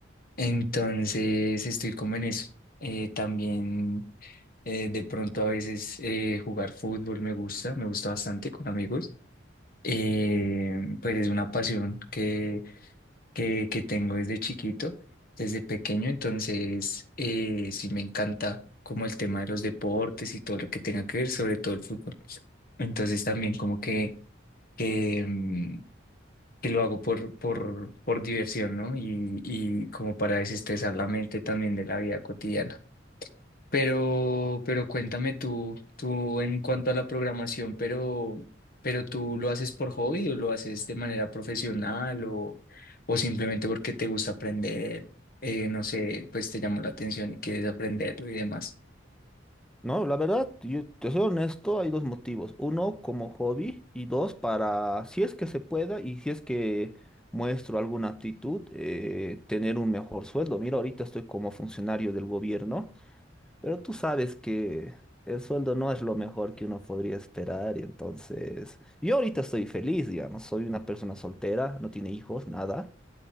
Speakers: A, on the left; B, in the centre.
A: Entonces estoy como en eso. Eh, también eh, de pronto a veces eh, jugar fútbol me gusta, me gusta bastante con amigos. Em, pues es una pasión que que, que tengo desde chiquito, desde pequeño, entonces eh, sí me encanta como el tema de los deportes y todo lo que tenga que ver, sobre todo el fútbol. Entonces también como que, que, mm, que lo hago por, por, por diversión, ¿no? Y, y como para desestresar la mente también de la vida cotidiana. Pero, pero cuéntame tú, tú en cuanto a la programación, pero, pero tú lo haces por hobby o lo haces de manera profesional o, o simplemente porque te gusta aprender, eh, no sé, pues te llamó la atención y quieres aprenderlo y demás.
B: No, la verdad, yo te soy honesto, hay dos motivos. Uno, como hobby, y dos, para, si es que se pueda y si es que muestro alguna aptitud, eh, tener un mejor sueldo. Mira, ahorita estoy como funcionario del gobierno, pero tú sabes que el sueldo no es lo mejor que uno podría esperar, y entonces, yo ahorita estoy feliz, digamos, soy una persona soltera, no tiene hijos, nada.